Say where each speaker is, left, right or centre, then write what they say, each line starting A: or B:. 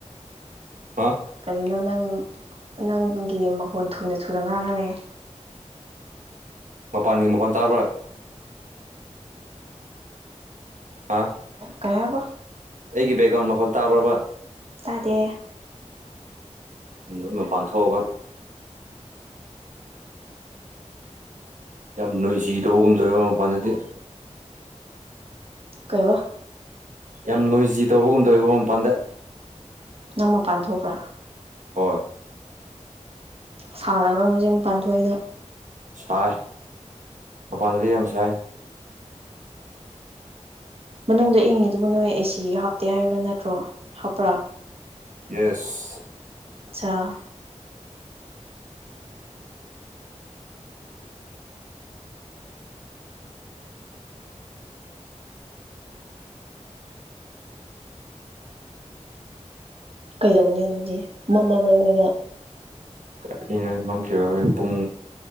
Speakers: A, on the right; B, on the right.
A: ꯍꯥ
B: ꯀꯔꯤꯅꯣ ꯅꯪ ꯅꯪꯒꯤ ꯃꯈꯣꯟ ꯊꯨꯅ ꯊꯨꯅ ꯉꯥꯡꯉꯥ ꯂꯩꯌꯦ
A: ꯃꯄꯥꯟꯒꯤ ꯃꯈꯣꯟ ꯇꯥꯕ꯭ꯔꯥ ꯍꯥ
B: ꯀꯩ ꯍꯥꯏꯕ
A: ꯑꯩꯒꯤ ꯕꯦꯛꯒꯥꯎꯟ ꯃꯈꯣꯟ ꯇꯥꯕ꯭ꯔꯕꯥ
B: ꯇꯥꯗꯦ
A: ꯅꯣꯏ ꯃꯄꯥꯟꯊꯣꯛꯑꯒ ꯌꯥꯝ ꯅꯣꯏꯖꯤ ꯇꯧꯕꯒꯨꯝ ꯇꯧꯋꯦꯕ ꯃꯄꯥꯟꯗꯗꯤ
B: ꯀꯩꯕꯥ
A: ꯌꯥꯝ ꯅꯣꯏꯖꯤ ꯇꯧꯕꯒꯨꯝ ꯇꯧꯋꯦꯕ ꯃꯄꯥꯟꯗ
B: ꯅꯪ ꯃꯄꯥꯟ ꯊꯣꯛꯄ꯭ꯔꯥ
A: ꯍꯣ
B: ꯁꯥꯟꯅꯕ ꯍꯧꯖꯤꯛꯄꯥꯟꯊꯣꯛꯏꯗꯣ
A: ꯁꯥꯏ ꯃꯄꯥꯟꯗꯗꯤ ꯌꯥꯝ ꯁꯥꯏ
B: ꯃꯅꯨꯡꯗ ꯏꯪꯉꯤꯗꯨꯕꯨ ꯅꯣꯏ ꯑꯦꯁꯤ ꯍꯥꯞꯇꯦ ꯍꯥꯏꯕ ꯅꯠꯇ꯭ꯔꯣ ꯍꯥꯞꯄ꯭ꯔꯥ
A: ꯌꯦꯁ
B: ꯆꯥ ꯀꯩꯗꯧꯅꯤ ꯗꯨꯗꯤ ꯃꯝꯃꯕ꯭ꯔ ꯅꯣꯏꯗ
A: <unintelligible> ꯃꯝꯈꯤꯔꯣꯏ ꯍꯣꯔꯦꯟ ꯄꯨꯡ